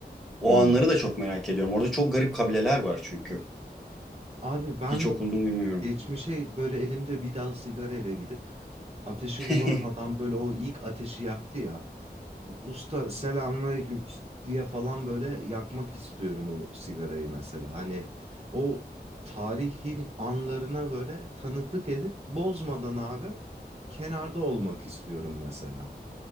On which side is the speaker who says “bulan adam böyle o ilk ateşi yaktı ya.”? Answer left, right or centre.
Right